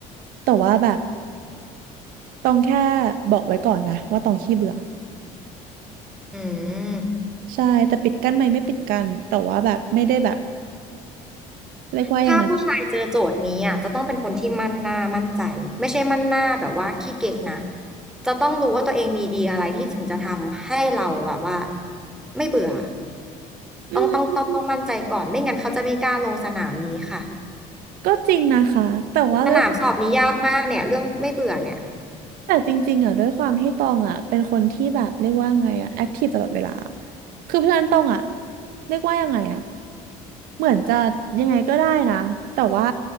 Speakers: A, on the right; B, in the centre.
A: แต่ว่าแบบตองแค่บอกไว้ก่อนนะว่าตองขี้เบื่อ
B: อืม
A: ใช่แต่ปิดกั้นไหมไม่ปิดกั้นแต่ว่าแบบไม่ได้แบบเรียกว่ายังไง
B: ถ้าผู้ชายเจอโจทย์นี้อ่ะจะต้องเป็นคนที่มั่นหน้ามั่นใจไม่ใช่มั่นหน้าแบบว่าขี้เก๊กนะจะต้องรู้ว่าตัวเองมีดีอะไรที่ถึงจะทำให้เราแบบว่าไม่เบื่อ
A: อืม
B: ต้องต้องต้องต้องมั่นใจก่อนไม่งั้นเขาจะไม่กล้าลงสนามนี้ค่ะ
A: ก็จริงนะคะแต่ว่าด้วยความ
B: สนามสอบนี้ยากมากเนี่ยเรื่องไม่เบื่อเนี่ย
A: แต่จริงๆอ่ะด้วยความที่ตองอ่ะเป็นคนที่แบบเรียกว่าไงอ่ะแอคทีฟตลอดเวลาคือเพราะฉะนั้นตองอ่ะเรียกว่ายังไงอ่ะเหมือนจะยังไงก็ได้นะแต่ว่า